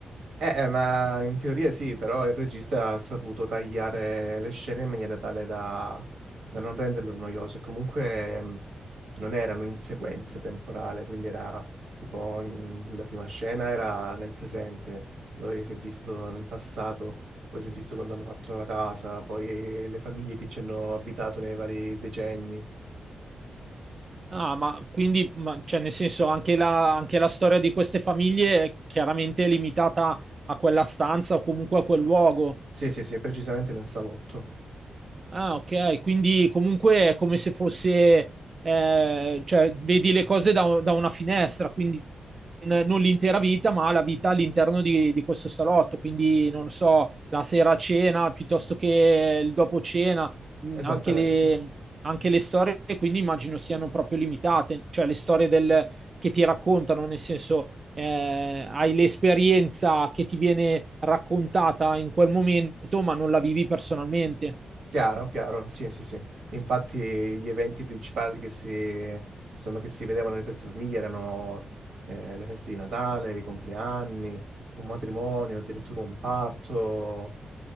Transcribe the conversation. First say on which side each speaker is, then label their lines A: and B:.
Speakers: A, on the right; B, on the right.
A: Eh, eh, ma in teoria sì, però il regista ha saputo tagliare le scene in maniera tale da, da non renderlo noioso. E comunque mh, non erano in sequenza temporale, quindi era tipo ogni- la prima scena era nel presente, poi si è visto nel passato, poi si è visto quando hanno fatto la casa, poi le famiglie che ci hanno abitato nei vari decenni.
B: Ah, ma quindi, ma- cioè, nel senso, anche la, anche la storia di queste famiglie è chiaramente limitata a quella stanza o comunque a quel luogo.
A: Sì, sì, sì, precisamente nel salotto.
B: Ah, ok, quindi comunque è come se fosse, eh, cioè, vedi le cose da, da una finestra, quindi n- non l'intera vita, ma la vita all'interno di, di questo salotto, quindi non so, la sera a cena piuttosto che il dopo cena, mh,
A: Esattamente.
B: anche le, anche le storie, quindi immagino siano proprio limitate, cioè le storie del- che ti raccontano, nel senso, eh, hai l'esperienza che ti viene raccontata in quel momento, ma non la vivi personalmente.
A: Chiaro, chiaro, sì, sì, sì. Infatti gli eventi principali che si, insomma, che si vedevano in queste famiglie erano eh, le feste di Natale, i compleanni, un matrimonio, addirittura un parto,